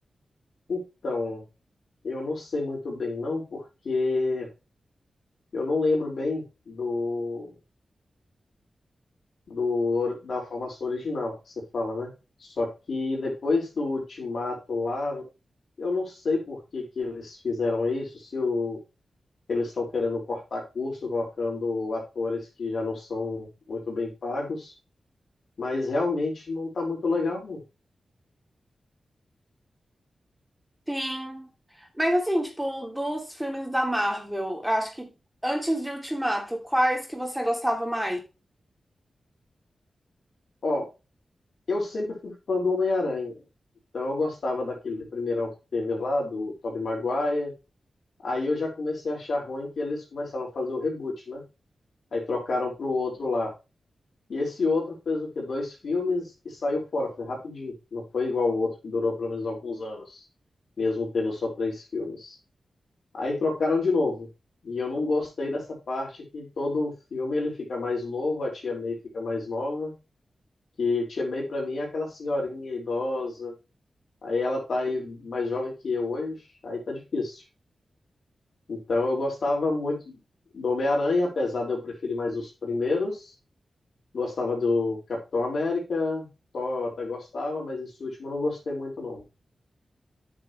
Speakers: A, on the left; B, in the centre.
A: Então, Eu não sei muito bem, não, porque eu não lembro bem do, do da formação original que você fala, né? Só que depois do ultimato lá, eu não sei por que que eles fizeram isso, se o, eles estão querendo cortar custo, colocando atores que já não são muito bem pagos, mas realmente não está muito legal, não.
B: Sim. Mas assim, tipo, dos filmes da Marvel, eu acho que antes de Ultimato, quais que você gostava mais?
A: Ó, eu sempre fui fã do Homem-Aranha, então eu gostava daquele primeirão que teve lá, do Tobey Maguire. Aí eu já comecei a achar ruim que eles começaram a fazer o reboot, né? Aí trocaram para o outro lá. E esse outro fez o quê? Dois filmes e saiu fora. Foi rapidinho. Não foi igual o outro que durou pelo menos alguns anos, mesmo tendo só três filmes. Aí trocaram de novo. E eu não gostei dessa parte que todo filme ele fica mais novo, a Tia May fica mais nova. Que Tia May pra mim é aquela senhorinha idosa. Aí ela tá aí mais jovem que eu hoje. Aí tá difícil. Então eu gostava muito do Homem-Aranha, apesar de eu preferir mais os primeiros. Gostava do Capitão América, Thor eu até gostava, mas esse último eu não gostei muito não.